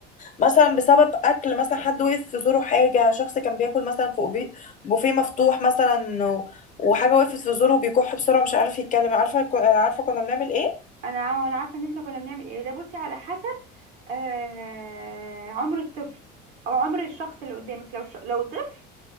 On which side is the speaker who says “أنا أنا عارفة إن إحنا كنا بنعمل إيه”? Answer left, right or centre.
Right